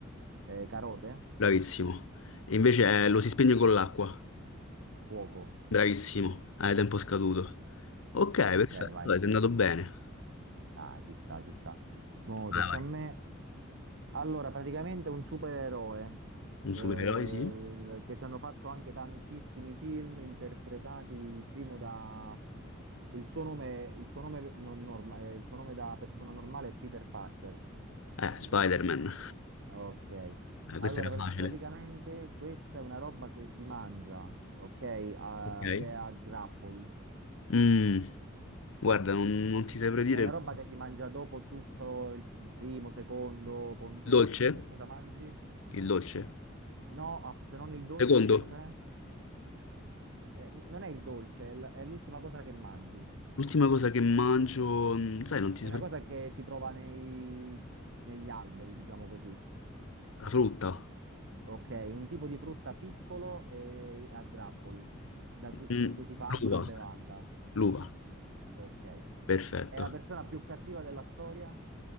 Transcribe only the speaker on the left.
bravissimo. E invece è- lo si spegne con l'acqua,
bravissimo, hai tempo scaduto. Ok,
perfetto,
dai, sei andato bene.
Vai,
vai.
Un
supereroe, sì?
Eh, Spider-Man.
Eh, questa
era facile.
Ok.
Mm, guarda, non, non ti saprei dire...
Il
dolce?
Il dolce?
Secondo?
L'ultima cosa che mangio, mh, sai, non ti
saprei.
La frutta.
Mm,
L'uva.
L'uva,
perfetto.